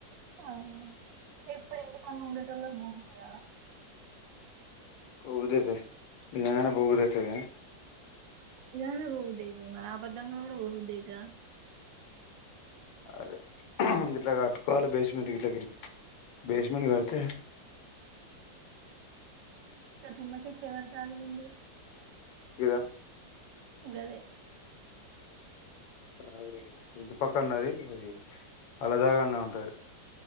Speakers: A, on the right; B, on the left.
A: ఉమ్ ఎప్పుడు ఇంటికాడ్నే ఉండేటోళ్ళకి పోబుద్ధి కాదా
B: పోవుదైతై నిజంగానే పోవుదేతాది కానే
A: నిజంగనే పోబుద్ధి అయితది మరి ఆబద్ధంగా కూడా పోబుద్ధి అయితదా
B: అదే ఇట్లా అట్కోవాలి బేస్మెట్ గిట్ల గిరి బేస్మెట్ కడితే
A: గ తుమ్మ చెట్టు ఎవరి జాగాలో ఉంది
B: ఇద
A: గదే
B: అది ఇంటి పక్క ఉన్నది అది ఆళ్ల జాగానే ఉంటుది